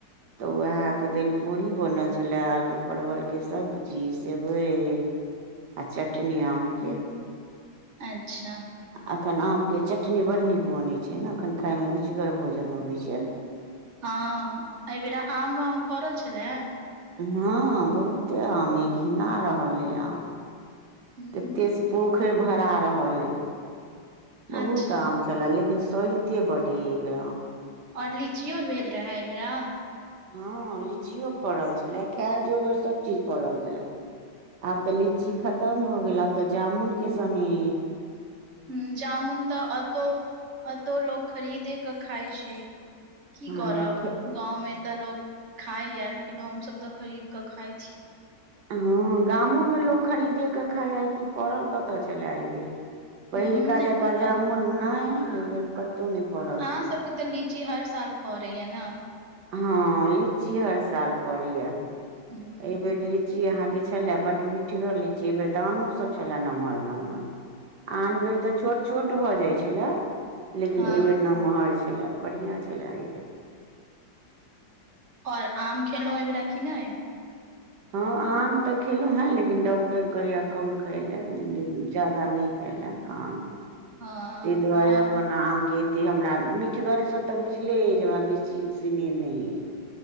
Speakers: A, on the right; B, on the right.
A: तऽ उएहके दालि पूड़ी बनल छलए। आलू परवल के सब्जी सेवइ। आ चटनी आमके।
B: अच्छा।
A: एखन आमके चटनी बड्ड नीक बनैत छै, ने एखन खायमे रुचिगर भोजन अबैय छै।
B: हँ, एहिबेरा आम वाम फड़ल छैला?
A: हँ, बहुते आमऐ घिना रहल अय आम।
B: ह
A: ततेसँ पोखरि भरा रहल अइ। बहुत
B: अच्छा
A: आम छैला, लेकिन सहित बढ़ अय ऐबैर आम।
B: ओर लीचियो भेल रहे एहिबरा।
A: हँ, लीचियो फड़ल छलए खैजोगर सभ चीज फड़ल छैला। आब तऽ लीची खतम भऽ गेल आब तऽ जामुनके समय ऐ
B: हू, जामुन तऽ अतो अतो लोको खरीदेके खाइ छै। की
A: हँ
B: करब।
A: खे-
B: गावमे तऽ लोग खाइ या लेकिन हम सभ तऽ खरीद कऽ खाय छी
A: हँ, गामोमे लोक खरीदेके खाइए कि फड़ल कतय छलए एहि बे। पहिलका
B: ह नहि
A: जका
B: पड़ल
A: जामुन नहि ऐबैर कतहु नहि फड़ल
B: अहाँ
A: छै।
B: सबके तऽ लीची हर साल फरैया न
A: हँ, लीची हर साल पड़ै या एहि
B: ह
A: बेर लीची लीची अहाँके छलै बड मिठगर लीची एहि बेर दानो सब छलै नमहर नमहर आन बेर तऽ छोट छोट भऽ जाइ छेला लेकिन
B: हँ
A: एहिबेर नमहर छै छलै बढ़िया छेला अय बे
B: और आम खेलौं ओहि बेरा की नय
A: हँ आम तऽ खेलहु हें लेकिन डॉक्टर कहैया कम खाय लए ज्यादा नहि खायला आम
B: हँ
A: तै दुआरे
B: और
A: अपन आमके त हमरा मिठगरसँ तऽ बुझले ऐ जे हमरा बेसी सिनेह नइ ऐ